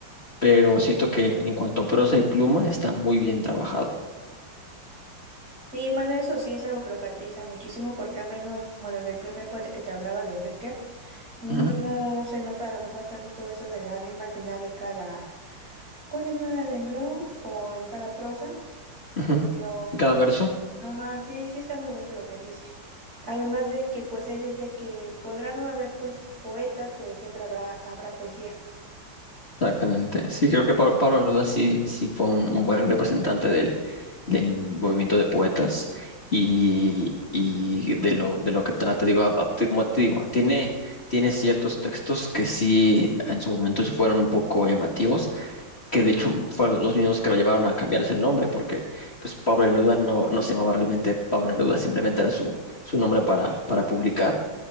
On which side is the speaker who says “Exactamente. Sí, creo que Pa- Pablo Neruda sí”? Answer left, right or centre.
Left